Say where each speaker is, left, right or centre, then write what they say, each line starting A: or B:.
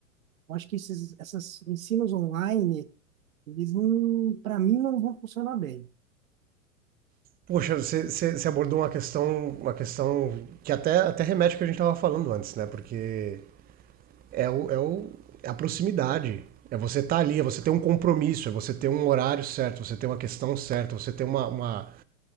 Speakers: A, on the right; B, on the right.
A: Eu acho que esses essas ensinos online, eles não, para mim, não vão funcionar bem.
B: Poxa, você, você- abordou uma questão, uma questão que até, até remete ao que a gente estava falando antes, né? Porque é, o, é, o, é a proximidade. É você estar ali, é você ter um compromisso, é você ter um horário certo, você ter uma questão certa, você ter uma, uma.